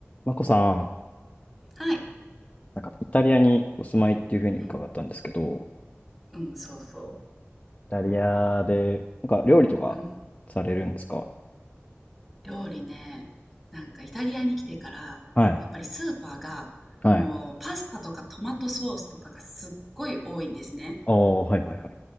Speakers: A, on the left; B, in the centre.
A: マコさん、
B: はい。
A: なんかイタリアにお住まいっていうふうに伺ったんですけど、
B: うん、うん、そうそ
A: イタリアで、なんか料理とかされるんですか
B: う。うん。料理ね、なんかイタリアに来てから、
A: はい。
B: やっぱりスーパーが、
A: はい。
B: もうパスタとかトマトソースとかがすっごい多いんですね。
A: ああ、はいはいは